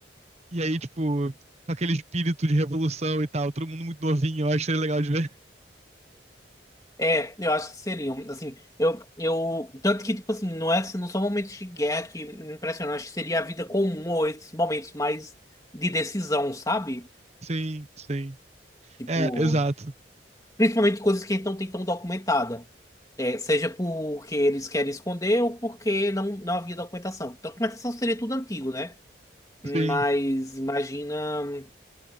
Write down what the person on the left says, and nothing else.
É, eu acho que seriam, assim, eu, eu, tanto que, tipo assim, não é, não são momentos de guerra que me impressionam, acho que seria a vida comum ou esses momentos mais de decisão, sabe?
Tipo,
principalmente coisas que a gente não tem tão documentada, É, seja porque eles querem esconder ou porque não, não havia documentação. Documentação seria tudo antigo, né?
Mas imagina,